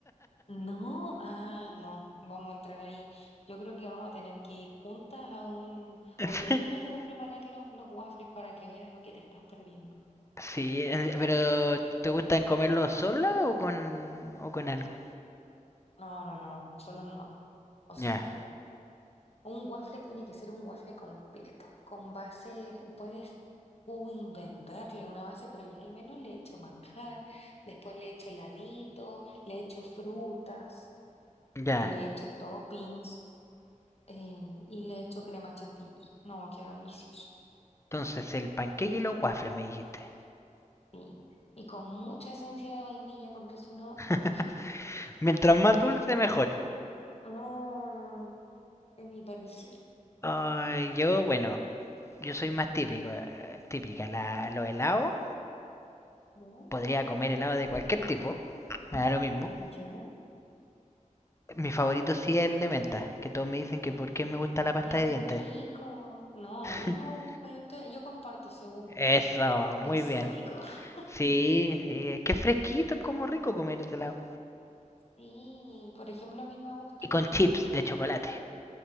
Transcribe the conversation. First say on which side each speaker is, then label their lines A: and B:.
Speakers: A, on the left; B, on the left.
A: No, ah, no, vamos a entrar ahí. Yo creo que vamos a tener que ir juntas a un,
B: <laughs>
A: o yo misma tengo que preparar los, los waffles para que veas lo que te estás perdiendo.
B: Sí, el- pero ¿te gustan comerlo sola o con, o con algo?
A: No, no, no, solo no. O sea,
B: Ya,
A: un waffle tiene que ser un waffle completo, con base, puedes tú inventarle una base, pero ya al menos le echo manjar, después le echo heladito, le echo frutas,
B: ya.
A: le echo toppings, eh, y le echo crema chantilly. No, queda delicioso.
B: Entonces, el panqueque y los waffles me dijiste.
A: Sí. Y con mucha esencia de vainilla, porque si no,
B: <laughs>
A: uf,
B: Mientras más dulce, mejor.
A: no, no, no, no, es mi perdición.
B: Ay, yo, bueno, yo soy más típico, eh, típica. La, los helados,
A: ¿Ya?
B: podría comer helado de cualquier tipo, me da lo mismo.
A: Ya,
B: Mi favorito sí es el de menta, que todos me dicen que por qué me gusta la pasta
A: es
B: de dientes.
A: rico. No,
B: <laughs>
A: a mí me gusta, yo te, yo comparto ese gusto
B: Eso,
A: exótico.
B: muy bien.
A: <laughs>
B: Sí, sí, es que es fresquito, es como rico comer helado.
A: Sí, por ejemplo, a mí me gusta
B: Y con
A: el
B: chips
A: de
B: de chocolate.